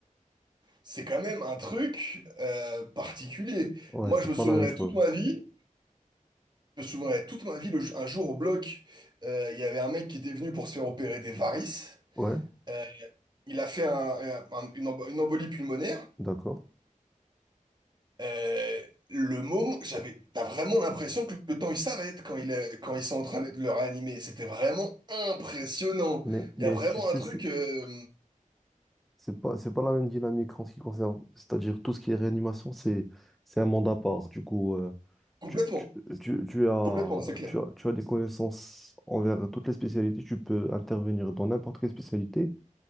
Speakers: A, on the right; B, in the centre.
A: c'est quand même un truc euh, particulier.
B: Ouais,
A: Moi,
B: c'est
A: je me
B: pas
A: souviendrai
B: la même chose.
A: toute ma vie. Je me souviendrai toute ma vie, le- un jour au bloc, euh, il y avait un mec qui était venu pour se faire opérer des varices.
B: Ouais,
A: Euh, il a fait un- un- une, embo- une embolie pulmonaire.
B: d'accord.
A: Euh, le môme, j'avais, t'as vraiment l'impression que le temps il s'arrête quand il, est- quand ils sont en train de le réanimer. C'était vraiment impressionnant.
B: Mais, mais
A: Il y a vraiment
B: tu sais,
A: un truc
B: c'est
A: euh,
B: c'est pas, c'est pas la même dynamique en ce qui concerne. C'est-à-dire, tout ce qui est réanimation, c'est, c'est un mandat à part. Du coup, euh,
A: complètement,
B: tu, tu, tu, tu as,
A: complètement, c'est clair.
B: tu as, tu as des connaissances envers toutes les spécialités. Tu peux intervenir dans n'importe quelle spécialité.